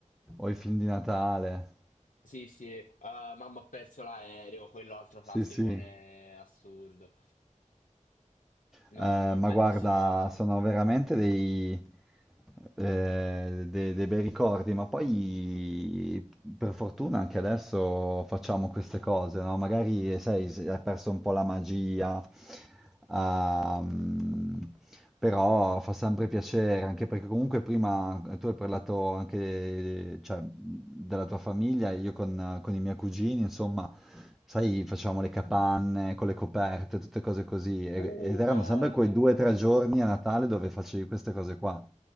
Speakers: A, in the centre; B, on the left (about 80°).
A: o i film di Natale.
B: Sì, sì, eh, mamma ho perso l'aereo, quello altro classicone
A: Sì, sì.
B: assurdo.
A: Eh,
B: No, no,
A: ma
B: bellissima.
A: guarda, sono veramente dei, eh, de- dei bei ricordi, ma poi per fortuna anche adesso facciamo queste cose, no? Magari, sai, si è perso un po' la magia. Ehm, però fa sempre piacere, anche perché comunque prima eh, tu hai parlato anche, cioè, della tua famiglia, io con, con i miei cugini, insomma, sai, facevamo le capanne con le coperte, tutte cose così, e-
B: Uh,
A: ed erano
B: bello.
A: sempre quei due o tre giorni a Natale dove facevi queste cose qua.